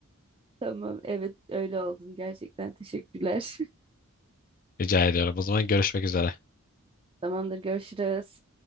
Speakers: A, on the right (about 20°); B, on the left (about 40°).
A: <laughs> Tamam, evet öyle oldun gerçekten. Teşekkürler.
B: Rica ediyorum. O zaman görüşmek üzere.
A: Tamamdır, görüşürüz.